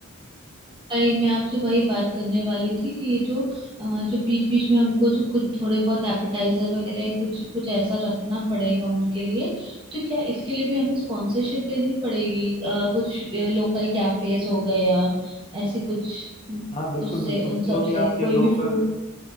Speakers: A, on the right (about 25°); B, on the left (about 30°).
A: वही मैं आपसे वही बात करने वाली थी कि ये जो अ, जो बीच बीच में हमको जो कुछ थोड़े बहुत एपेटाइजर वगैरह या कुछ कुछ ऐसा रखना पड़ेगा उनके लिए तो क्या इसके लिए भी हमें स्पॉन्सरशिप लेनी पड़ेगी अ, कुछ लोकल कैफेज हो गए या ऐसे कुछ
B: हाँ बिल्कुल
A: उससे
B: बिल्कुल
A: उन
B: जो
A: सब
B: भी
A: से
B: आपके
A: कोई
B: लोकल
A: भी फूड